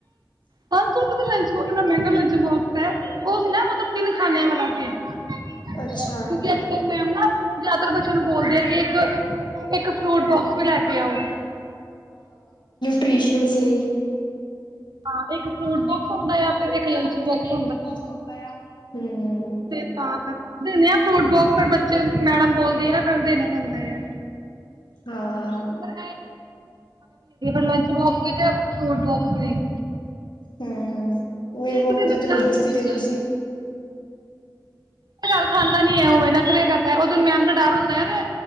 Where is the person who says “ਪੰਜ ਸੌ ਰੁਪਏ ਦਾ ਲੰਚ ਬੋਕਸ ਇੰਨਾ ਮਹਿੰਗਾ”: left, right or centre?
Right